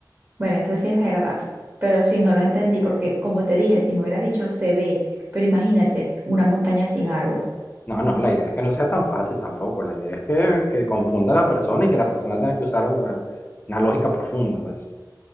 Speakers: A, on the right; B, on the left.
A: Bueno, eso sí es verdad, pero sí, no lo entendí porque como te dije, si me hubieras dicho se ve, pero imagínate una montaña sin árbol.
B: No, no, la idea es que no sea tan fácil tampoco. La idea es que, que confunda a la persona y que la persona tenga que usar la- una lógica profunda, pues.